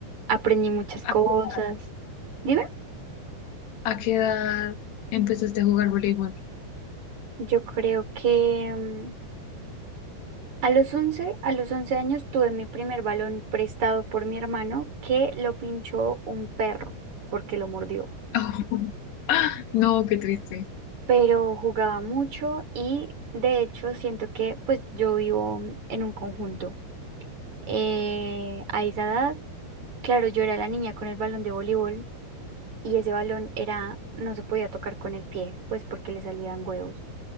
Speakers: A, on the right (about 45°); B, on the left (about 75°).
A: aprendí muchas
B: ¿A
A: cosas.
B: qué edad,
A: Dime,
B: a qué edad empezaste a jugar voleibol?
A: yo creo que mm, A los 11, a los 11 años tuve mi primer balón prestado por mi hermano que lo pinchó un perro porque lo mordió.
B: <laughs> no, qué triste.
A: Pero jugaba mucho y de hecho siento que pues yo vivo en un conjunto. Eh, a esa edad, claro, yo era la niña con el balón de voleibol y ese balón era, no se podía tocar con el pie, pues porque le salían huevos.